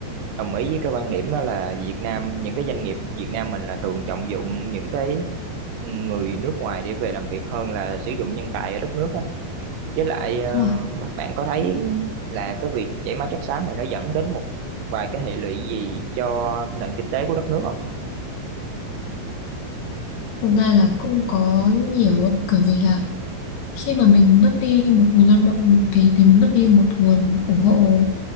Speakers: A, on the right (about 80°); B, on the left (about 70°).
A: đồng ý với cái quan điểm đó là Việt Nam những cái doanh nghiệp Việt Nam mình là thường trọng dụng những cái người nước ngoài để về làm việc hơn là sử dụng nhân tài ở đất nước á. Với lại ờ,
B: đúng rồi
A: bạn có thấy là cái việc chảy máu chất xám này nó dẫn đến một vài cái hệ lụy gì cho nền kinh tế của đất nước không?
B: thực ra là cũng có nhiều ạ, bởi vì là khi mà mình mất đi một nguồn lao động thì thì mình mất đi một nguồn ủng hộ